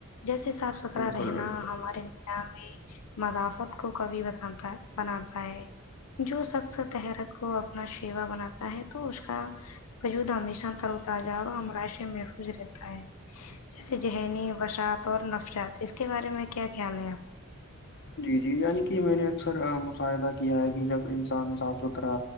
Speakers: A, on the left; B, on the left.
A: جیسے صاف ستھرا
B: بالکل
A: رہنا
B: بالکل
A: ہمارے میں مدافت کو کبھی بتاتا بناتا ہے جو سخص تحرک کو اپنا شیوا بناتا ہے تو اس کا وجود ہمیشہ تر وتازہ اور امراش محفوظ رہتا ہے جیسے ذہنی وشعت اور نفشت اس کے بارے میں کیا خیال ہیں آپ
B: جی جی یعنی کہ میں نے اکثر مشاہدہ کیا ہے کہ جب انسان صاف ستھرا